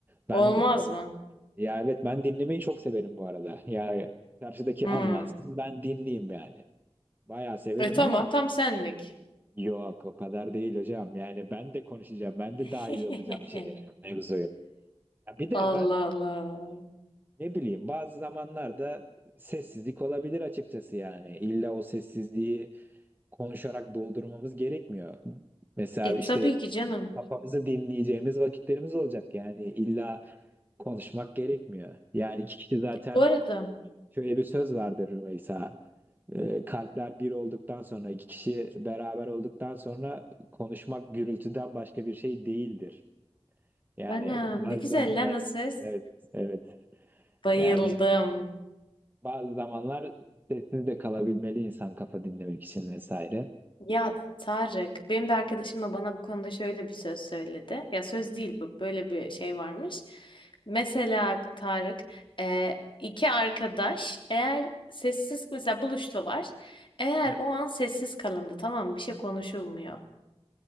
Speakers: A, on the right; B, on the left.
A: Ben
B: Olmaz mı?
A: Ya evet ben dinlemeyi çok severim bu arada. Yani karşıdaki
B: Hmm.
A: anlatsın ben dinleyeyim yani. Bayağı severim
B: E tamam
A: ama
B: tam senlik.
A: yok o kadar değil hocam. Yani ben de konuşacağım. Ben
B: <laughs>
A: de dahil olacağım şeye, mevzuya. Ya bir de
B: Allah
A: ben
B: Allah.
A: ne bileyim bazı zamanlarda sessizlik olabilir açıkçası yani. İlla o sessizliği konuşarak doldurmamız gerekmiyor. Mesela
B: E
A: işte
B: tabii ki canım.
A: kafamızı dinleyeceğimiz vakitlerimiz olacak yani illa konuşmak gerekmiyor. Yani iki kişi zaten
B: Bu arada
A: Şöyle bir söz vardır Rümeysa. Ee, kalpler bir olduktan sonra, iki kişi beraber olduktan sonra konuşmak gürültüden başka bir şey değildir. Yani
B: ana
A: bazı
B: ne güzel
A: zamanlar
B: lan o ses.
A: evet, evet.
B: Bayıldım.
A: Yani bazı zamanlar sessiz de kalabilmeli insan kafa dinlemek için vesaire.
B: Ya Tarık benim de arkadaşım da bana bu konuda şöyle bir söz söyledi. Ya söz değil bu böyle bir şey varmış. Mesela Tarık e, iki arkadaş eğer sessiz mesela buluştular. Eğer
A: Ha,
B: o an sessiz kalındı tamam mı? bir şey konuşulmuyor.